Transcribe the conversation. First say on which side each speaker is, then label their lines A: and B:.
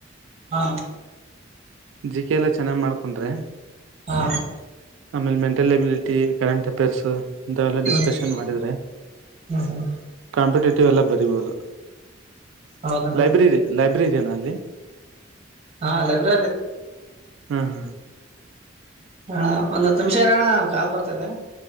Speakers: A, on the right; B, on the right.
A: ಹಾ
B: ಜಿಕೆ ಎಲ್ಲಾ ಚೆನ್ನಾಗ್ ಮಾಡ್ಕೊಂಡ್ರೆ
A: ಹಾ
B: ಆಮೇಲೆ ಮೆಂಟಲ್ ಎಬಿಲಿಟಿ ಕರೆಂಟ್ ಅಫೇರ್ಸ್ ಇಂತ ಎಲ್ಲ ಡಿಸ್ಕಷನ್
A: ಹ್ಮ್
B: ಮಾಡಿದ್ರರೆ
A: ಹ್ಮ್
B: ಕಾಂಪಿಟ ಲ್ಲ ಬರಿಬಹುದು
A: ಹೌದಣ್ಣ
B: ಲೈಬ್ರೆರಿ ಲೈಬ್ರೆರಿ ೀನ ಅಲ್ಲಿ
A: ಹಾ ಅಲ್ಲಬ್ರ
B: ಹ್ಮ ಹಾ
A: ಹಣ ಒಂದ ಹತ್ತು ನಿಮಿಷ ಇರೋಣ್ಣ ಕಾ ಬರ್ತ ಹತದಾ